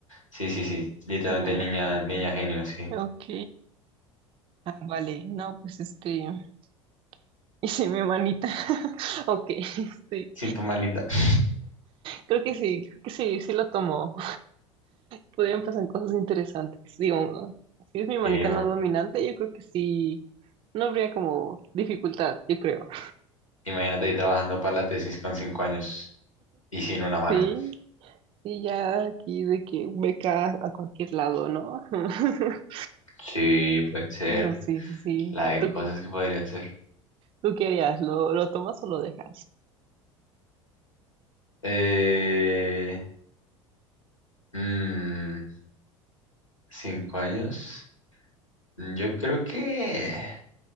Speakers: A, on the left (about 80°); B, on the right (about 35°).
A: Sí, sí, sí, literalmente
B: ser niño
A: niña, niña genio, sí.
B: genio, ok. Ah, vale, no, pues este, <laughs> hice mi manita. <laughs> Ok, este,
A: Sin tu manita. <laughs>
B: creo que sí, creo que sí, sí lo tomo. podrían pasar cosas interesantes. Digo, si es mi manica
A: Sí, man.
B: no dominante, yo creo que sí, no habría como dificultad, yo creo. <laughs>
A: Imagínate ahí trabajando para la tesis con cinco años. Y sin una mano.
B: Sí, sí, ya aquí de que beca a cualquier lado, ¿no? <laughs>
A: Sí, puede ser.
B: No, sí, sí, sí.
A: La de
B: ¿Tú,
A: cosas que podría hacer.
B: tú qué harías? ¿Lo, lo tomas o lo dejas?
A: Eh, mm, cinco años. Mm, Yo creo que,